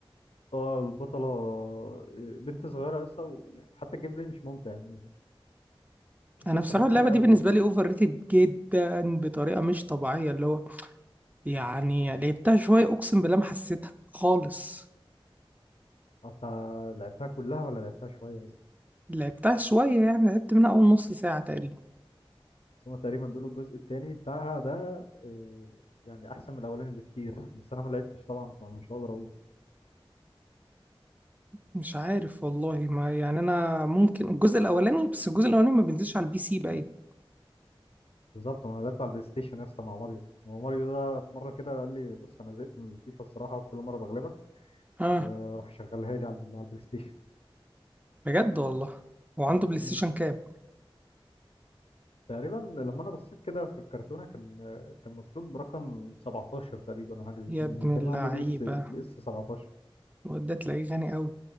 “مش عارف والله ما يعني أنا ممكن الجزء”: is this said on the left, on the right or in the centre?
Right